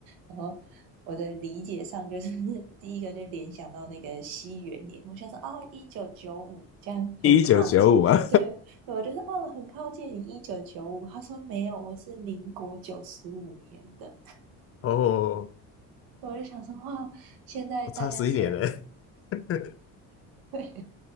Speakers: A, on the right; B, on the left.
A: 然后我的理解上就是 <laughs> 第一个就联想到那个西元年，我想说啊，一九九五这样很靠近，
B: 一九九五啊，
A: 对，我就说哦很靠近你一九九五，她说没有，我是民国九十五年的。
B: <laughs> 哦，
A: 我就想说，哇，现在大家参，
B: 我差十一年了，<laughs>
A: <laughs> 对，